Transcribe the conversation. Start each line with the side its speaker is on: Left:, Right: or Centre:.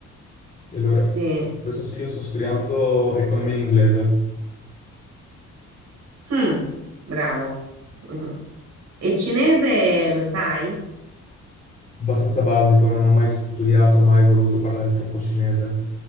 Left: E allora,
Right: Sì.
Left: adesso io sto studiando economia in inglese.
Right: Mm, bravo. Mhm. E il cinese lo sai?
Left: abbastanza basico, non ho mai studiato, mai voluto parlare troppo cinese.